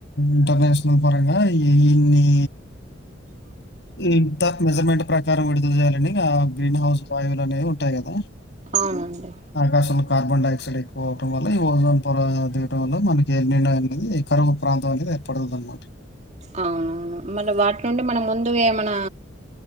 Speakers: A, on the left (about 65°); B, on the right (about 40°).
A: ఇంటర్నేషనల్ పరంగా ఈ ఇన్ని ఈ ఇంత మెజర్మెంట్ ప్రకారం విడుదల చేయాలని ఆ గ్రీన్ హౌస్ వాయువులు అనేవి ఉంటాయి కదా
B: అవునండి
A: ఆకాశంలో కార్బన్ డై ఆక్సైడ్ ఎక్కువ అవడం వల్ల ఈ ఓజోన్ పొర దియడం వల్ల మనకి నిర్ణయం అనేది ఈ కరువు ప్రాంతం అనేది ఏర్పడతుంది అనమాట
B: ఆ మళ్ళీ వాటి నుండి మనం ముందుగా ఏమనా